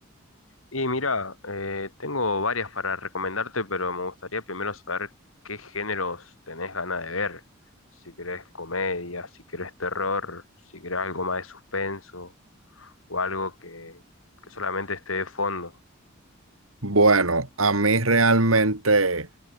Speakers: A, on the left; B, on the right.
A: Y mira, eh, tengo varias para recomendarte, pero me gustaría primero saber qué géneros tenés ganas de ver. Si querés comedia, si querés terror, si querés algo más de suspenso o algo que, que solamente esté de fondo.
B: Bueno, a mí realmente